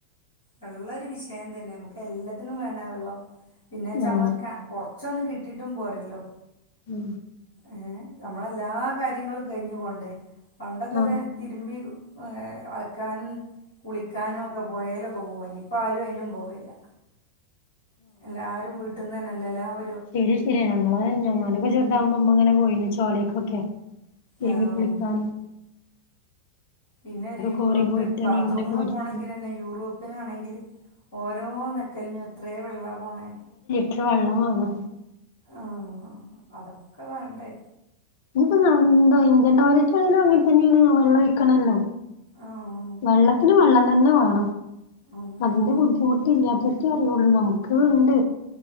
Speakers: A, on the left (about 70°); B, on the left (about 50°).
A: വെള്ളം ഒരു വിഷയം തന്നെ നമുക്ക് എല്ലാത്തിനും വേണേ വെള്ളം. പിന്നെച്ച
B: ആഹ്
A: നമ്മക്ക് കൊറച്ചൊന്നും കിട്ടീട്ടും പോരല്ലോ?
B: ഉം
A: ഏ നമ്മളെല്ലാ കാര്യങ്ങളും കഴിഞ്ഞു പോകണ്ടേ പണ്ടൊക്കെത്ത
B: ആഹ്
A: തിരുമ്പി അലക്കാനും കുളിക്കാനും ഒക്കെ പോയേലൊക്കെ പോവേനി ഇപ്പ ആരും അതിനും പോവലില്ല എല്ലാരും വീട്ടന്ന് തന്നെല്ലെ എല്ലാവ
B: ശരിയാ ശരിയാ ഞങ്ങള് ഞാനൊക്കെ ചെറുതാവുമ്പോ ഇമ്മ അങ്ങനെ പോയീ ന് ചോലേക്കൊക്കെ തിരുമ്പി
A: ആഹ്
B: കുളിക്കാനും
A: പിന്നെ ഒരു യൂറോപ്യൻ
B: കോറി പോയിട്ട്
A: ബാത്റൂമ്
B: നീന്തലൊക്കെ പഠിച്ച്
A: പോകണമെങ്കിൽ തന്നെ യൂറോപ്യനാണെങ്കിൽ ഓരോ ഞ്ഞെക്കലിനും എത്രേ വെള്ളാ പോണേ
B: എത്രവെള്ളം വേണം
A: ആഹ് അതൊക്കെ വേണ്ടേ
B: ഇനിയിപ്പൊ എന്താ ഇന്ത്യൻ ടോയ്ലറ്റ് ആണെങ്കിലും അങ്ങനെ തന്നെയാണ് വെള്ളം ഒഴിക്കണല്ലോ
A: ആഹ്
B: വെള്ളത്തിന് വെള്ളം തന്നെ വേണം
A: ആഹ്
B: അതിന്റെ ബുദ്ധിമുട്ട് ഇല്ലാത്തവർക്കെ അറിയുള്ളൂ നമുക്ക് ഉണ്ട്